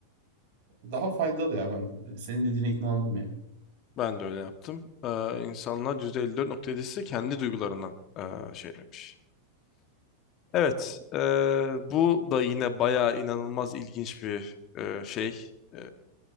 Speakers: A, on the right; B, on the left.
A: daha faydalı ya ben senin dediğine ikna oldum ya.
B: Ben de öyle yaptım. Ee, insanlar %54.7'si kendi duygularına e, şey demiş. Evet, e, bu da yine bayağı inanılmaz ilginç bir e, şey. E,